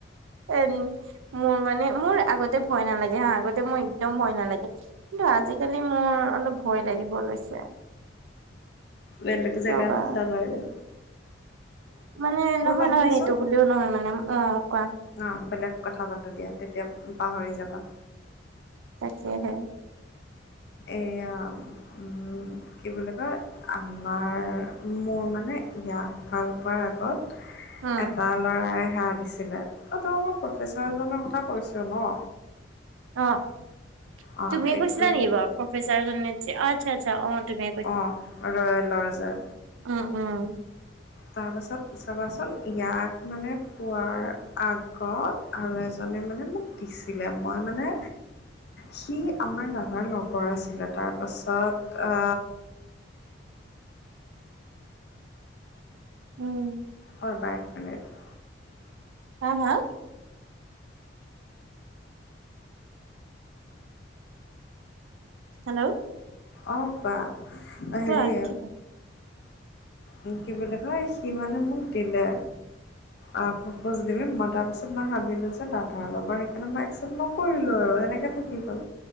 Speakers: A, on the right (about 85°); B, on the left (about 55°).
A: <unintelligible> মোৰ মানে মোৰ আগতে ভয় নালাগে হা, আগতে মোৰ এক্দম ভয় নালাগে, কিন্তু আজিকালি মানে মোৰ অলপ ভয় লাগিব লৈছে।
B: বেলেগ
A: কিয়
B: জেগা
A: বা।
B: নাচাবা আৰু।
A: মানে নহয়-
B: বাদ
A: নহয়,
B: দিয়াচোন
A: সেইটো বুলিও নহয় মানে অ', কোৱা।
B: অ', বেলেগ কথা পাতো দিয়া, তেতিয়া পাহৰি যাবা।
A: তাকেহে।
B: এইয়া উম, কি বুলি কয় আমাৰ মোৰ মানে ইয়াক ভাল পোৱাৰ আগত
A: উম
B: এটা ল'ৰাই <unintelligible> দিছ ছিলে, অ', ত' মই প্ৰফেচাৰজনৰ কথা কৈছো ন।
A: অ',
B: অ
A: তুমিয়ে
B: এইটো
A: কৈছিলা নেকি বাৰু প্ৰফেচাৰ জনত যে অ', আচ্ছা- আচ্ছা অ', তুমি
B: অ', ৰয়েলৰ যে।
A: উম, উম।
B: তাৰপাছত চাবাচোন, ইয়াক মানে পোৱাৰ আগত আৰু এজনে মানে মোক দিছিলে মই মানে
A: <inaudible>
B: সি আমাৰ দাদাৰ লগৰ আছিলে, তাৰ পাছত আ
A: উম।
B: ৰ'বা এক মিনিট।
A: হা- হা? হেল্ল'।
B: অ', কোৱা,
A: কোৱা
B: হেৰি
A: কি
B: উম, কি বুলি কয়, সি মানে মোক দিলে। অ', প্ৰপোজ‌ দিলে, মই তাৰপিছত মই ভাবিলো যে দাদাৰ লগৰ সেইকাৰণে মই একচেপ্ট নকৰিলো আৰু এনেকে থাকি গ'ল।